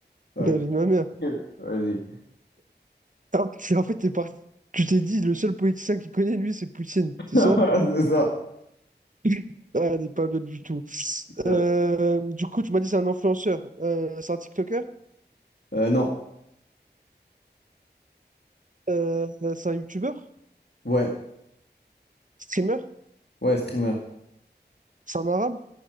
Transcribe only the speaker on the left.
Ah,
ok.
<laughs> Vas-y.
<laughs>
C'est
ça.
Euh,
Euh, non.
Ouais.
Ouais, streamer.